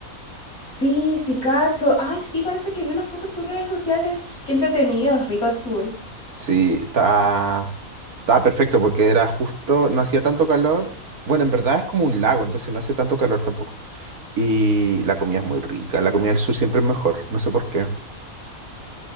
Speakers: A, on the left; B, on the right.
A: Sí, sí, cacho. Ay, sí, parece que vi unas fotos en tus redes sociales. Qué entretenido, rico el sur.
B: Sí, está, estaba perfecto porque era justo, no hacía tanto calor. Bueno, en verdad es como un lago, entonces no hace tanto calor tampoco. Y la comida es muy rica, la comida del sur siempre es mejor, no sé por qué.